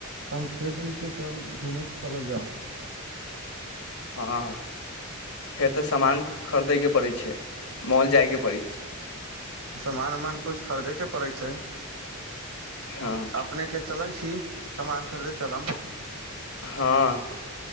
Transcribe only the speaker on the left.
हँ फेर तऽ सामान खरीदे के पड़ै छै मॉल जाय के पड़ी
हँ
हँ